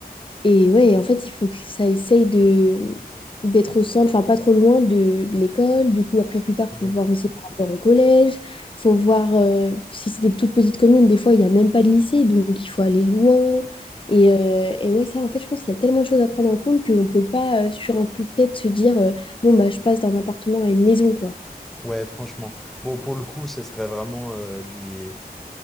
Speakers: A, on the left (about 30°); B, in the centre.
A: et ouais, en fait, il faut que ça essaye de d'être au centre, enfin pas trop loin de, de l'école. Du coup, après, plus tard,
B: Oui.
A: faut voir aussi par rapport au collège. faut voir euh, si c'est des toutes petites communes. Des fois, il n'y a même pas de lycée, donc il faut aller loin. Et, euh, et ouais, ça, en fait, je pense qu'il y a tellement de choses à prendre en compte qu'on ne peut pas, euh, sur un coup de tête, se dire, euh, bon, bah, je passe d'un appartement à une maison, quoi.
B: Ouais, franchement. Bon, pour le coup, ça serait vraiment euh, des...